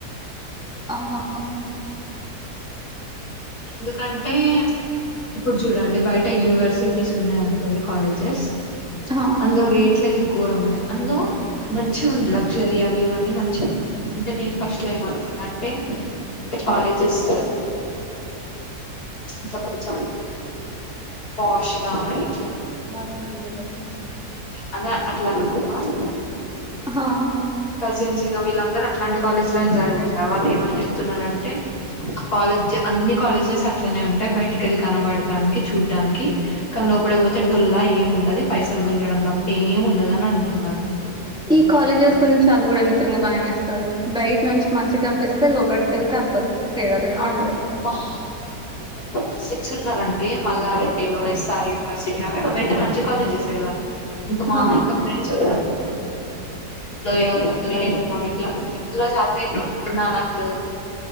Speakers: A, in the centre; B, on the left (about 70°).
A: ఆహా
B: ఎందుకంటే ఇప్పుడు చూడండి బయట యూనివర్సిటీస్ ఉన్నాయి అనుకోండి కాలేజెస్
A: హా
B: అందులో రేట్ ట్లయితే ఘోరంగా ఉన్నాయి అందులో మంచిగా ఉంది లగ్జరీ అవి ఇవి అన్ని మంచిగున్నాయి అంటే నేను ఫస్ట్‌లో ఏమనుకుంట అంటే కాలేజెస్ అట్లా కొంచం పోషగా ఇట్ల
A: <unintelligible>
B: అలా అట్లా అనుకున్నము కానీ మా
A: హా
B: కజిన్స్ ఇంకా వీళ్ళందరూ అట్లాంటి కాలేజీ లోనే జాయిన్ అయ్యిర్రు వాళ్ళు ఏమని చెప్తున్నారంటే కాలేజ అన్ని కాలేజెస్ అట్లనే ఉంటాయి బయటికి కనబడటానికి చూడ్డానికి క లోపడికిపోతే డొల్లా ఏం ఉండదు పైసలు గుంజడం తప్ప ఏం ఉండదు అని అంటన్నారు.
A: ఈ కాలేజెస్ గురించి అది కూడా ని గా భయం వేస్తది బయట నుంచి మంచి కనిపిస్తే లోపలిక వెళ్తే అంత తేడా తేడా
B: ఆ
A: ఉంటాయి.
B: మా కజిన్స్ ఉన్నారండి మల్లారెడ్డిలో ఎస్ ఆర్ యూనీ అవైతే మంచి కాలేజెస్ ఎ కదా ఇంకా మా
A: హా
B: ఇంకా ఫ్రెండ్స్ కూడా లయో లయోలా ఇట్ల <unintelligible>